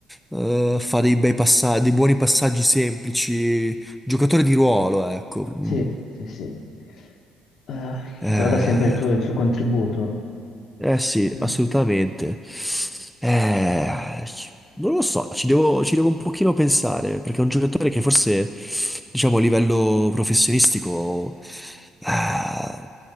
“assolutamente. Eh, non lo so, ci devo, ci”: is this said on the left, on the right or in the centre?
Centre